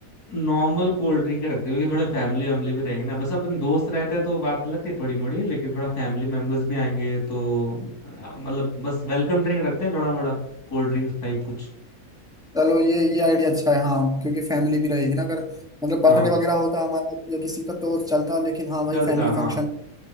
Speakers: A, on the left; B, in the centre.
A: नॉर्मल कोल्ड ड्रिंक ही रखते हैं क्योंकि थोड़े फैमिली वैमिली भी रहेंगे ना बस अपन दोस्त रहते हैं तो बात लगती है थोड़ी मोड़ी लेकिन थोड़ा फैमिली मेंबर्स भी आएंगे तो अ, मतलब बस वेलकम ड्रिंक रखते हैं थोड़ा मोड़ा कोल्ड ड्रिंक्स टाइप कुछ
B: चलो ये ये आइडिया अच्छा है हाँ क्योंकि फैमिली भी रहेगी ना अगर मतलब बर्थडे
A: हाँ
B: वगैरह होता हमारा या किसी का तो चलता लेकिन हाँ भाई
A: चलता
B: फैमिली
A: हाँ
B: फंक्शन